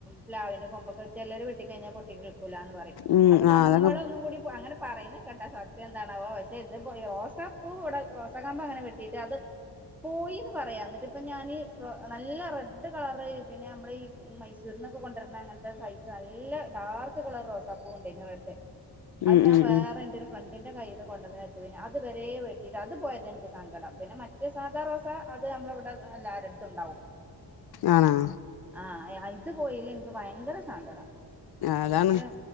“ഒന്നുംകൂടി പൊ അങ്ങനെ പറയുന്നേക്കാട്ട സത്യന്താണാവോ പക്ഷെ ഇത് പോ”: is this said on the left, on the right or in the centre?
Centre